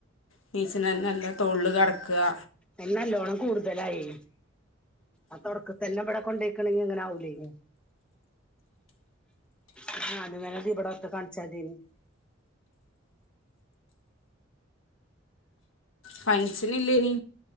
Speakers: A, on the left; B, in the centre.
A: നീ ഇച്ചി നേരം എന്റെ തൊള്ല് കെടക്ക്ക
B: അയ്ന് നല്ലോണം കൂടുതലായി ആപ്പ അവടൊക്കത്തെല്ല അവട കൊണ്ടേയ്ക്കണെങ്കി ഇങ്ങനാവു ക്‌ളീനിംഗ് ആഹ് അത് വേണേതി ഇവിടെ ഒക്കെ കാണിച്ചാതിയായ്ന്ന്
A: പനിച്ചിനില്ലേനി